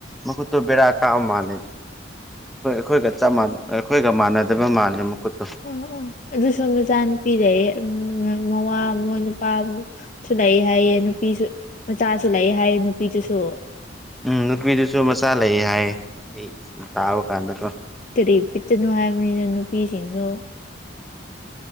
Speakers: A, in the centre; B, on the left.
A: ꯃꯈꯀꯣꯏꯠꯇ ꯕꯔꯥ ꯀꯥ ꯃꯥꯂ ꯑꯩꯣꯏ ꯑꯩꯈꯣꯏꯒ ꯆꯞꯥꯟ ꯑꯩꯈꯣꯏꯒ ꯃꯥꯟꯅꯗꯕ ꯃꯥꯜꯂꯦ ꯃꯈꯨꯠ
B: ꯑꯣ ꯑꯗꯨ ꯁ ꯆꯥ ꯅꯨꯄꯤ ꯂꯩ ꯃꯋꯥ ꯃꯣꯏ ꯅꯨꯄꯥꯁꯨ ꯂꯩ ꯍꯥꯏꯌꯦ ꯅꯨꯄꯤꯁꯨ ꯃꯆꯥꯁꯨ ꯂꯩ ꯍꯥꯏꯌꯦ ꯅꯨꯄꯤꯗꯨꯁꯨ꯫
A: ꯎꯝ ꯅꯨꯄꯤꯗꯨꯁꯨ ꯃꯆꯥ ꯂꯩ ꯍꯥꯏꯌꯦ ꯑꯩ ꯁꯨꯝ ꯇꯥꯕ ꯀꯥꯟꯗꯀꯣ
B: ꯀꯔꯤ ꯄꯤꯠꯇꯅꯣ ꯍꯥꯏꯕꯅꯤꯅ ꯅꯨꯄꯤꯁꯤꯡꯁꯨ